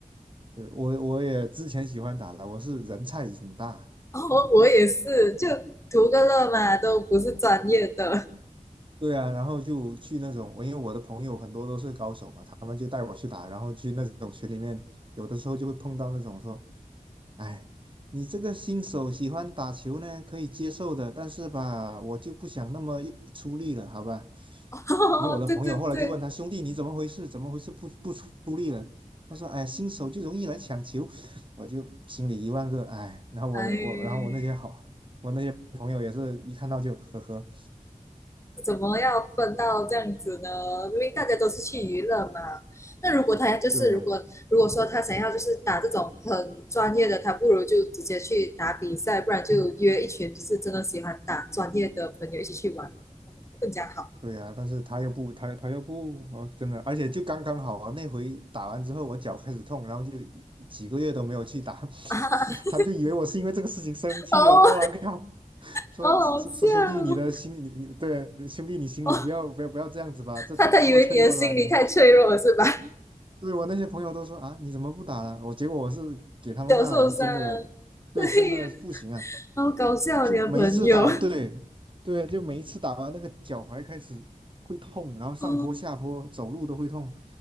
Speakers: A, on the right; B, on the left.
A: 对，我我也之前喜欢打了，我是人菜瘾大。
B: 哦，我也是，就图个乐嘛，都不是专业的。
A: 对啊，然后就去那种，我因为我的朋友很多都是高手嘛，他们就带我去打，然后去那种群里面，有的时候就会碰到那种说，哎，你这个新手喜欢打球呢，可以接受的，但是吧，我就不想那么一出力了，好吧？
B: <laughs> 哦，
A: 因为我的朋友后来就问他兄弟，
B: 对对对，
A: 你怎么回事？怎么回事不不出力了？他说，哎，新手就容易来抢球，我就心里一万个哎。然后我我然后我那些好，
B: 哎，
A: 我那些朋友也是一看到就呵呵，
B: 怎么要分到这样子呢？明明大家都是去娱乐嘛。那如果他就是如果如果说他想要就是打这种很专业的，
A: 对呀、
B: 他不如就直接去打比赛，不然就约一群就是真的喜欢打专业的朋友一起去玩，更加好。
A: 对呀、但是他又不，他他又不，我真的，而且就刚刚好啊，那回打完之后，我脚开始痛，然后就一几个月都没有去打，
B: <laughs>
A: <laughs> 他们就以为我是因为这个事情生气了，
B: 哦，
A: 我靠，说说说兄弟，
B: 好好笑哦！
A: 你的心里，你对啊兄弟，你心里不要不要不要这样子吧，
B: 哦，
A: 这这么脆弱的吧你，
B: 他他以为你的心理太脆弱了是吧？
A: <laughs> 对我那些朋友都说啊，你怎么不打了？我结果我是给他们看了，
B: 小受伤，
A: 我是真的，对，
B: 对呀，
A: 真的是不行啊。
B: 啊好搞笑啊你的朋友。
A: 就每一次打，对对，就每一次打完那个脚踝开始会痛，然后上坡下坡走路都会痛，
B: 哦，